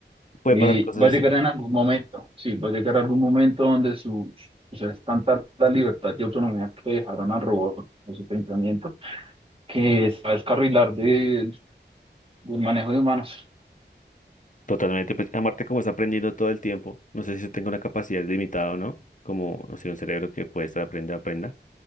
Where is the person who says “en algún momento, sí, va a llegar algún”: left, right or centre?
Right